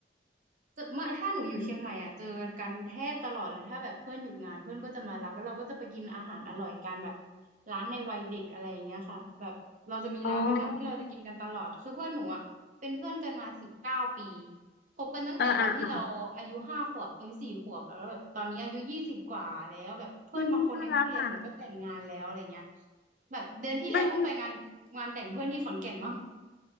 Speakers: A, on the right; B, on the left.
A: เจอมาถ้าหนูอยู่เชียงใหม่อ่ะเจอกันแทบตลอดเลยถ้าแบบเพื่อนหยุดงานเพื่อนก็จะมารับแล้วเราก็จะไปกินอาหารอร่อยกันแบบร้านในวัยเด็กอะไรอย่างเงี้ยค่ะแบบเราจะมีร้านประจำที่เราจะกินกันตลอดคือเพื่อนหนูอ่ะเป็นเพื่อนกันมาสิบเก้าปี
B: อ๋อ
A: คบกันตั้งแต่ตอนที่เราอายุห้าขวบอายุสี่ขวบแล้วแบบตอนนี้อายุยี่สิบกว่าแล้วแบบเพื่อนบางคนในห้องเรียนหนูก็แต่งงานแล้วอะไรเงี้ย
B: เอออ่ะอ่ะมันน่ารักอะ
A: แบบเดือนที่แล้วเพิ่งไปงานงานแต่งเพื่อนที่ขอนแก่นมา
B: มัน